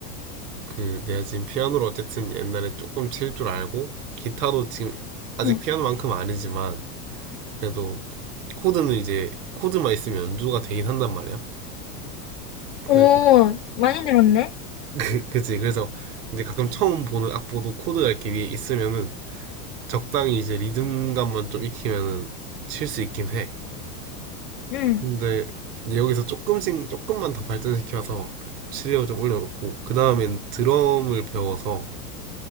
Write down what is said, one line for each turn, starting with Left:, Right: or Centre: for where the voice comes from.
Right: 그 내가 지금 피아노를 어쨌든 옛날에 조금 칠 줄 알고 기타도 지금 아직
Left: 응.
Right: 피아노만큼은 아니지만 그래도 코드는 이제 코드만 있으면 연주가 되긴 한단 말이야.
Left: 오,
Right: 그래서
Left: 많이 늘었네?
Right: 그, 그치 그래서 이제 가끔 처음 보는 악보도 코드가 이렇게 위에 있으면은 적당히 이제 리듬감만 좀 익히면은 칠 수 있긴 해.
Left: 응,
Right: 근데 여기서 조금씩 조금만 더 발전시켜서 실력을 좀 올려놓고 그 다음엔 드럼을 배워서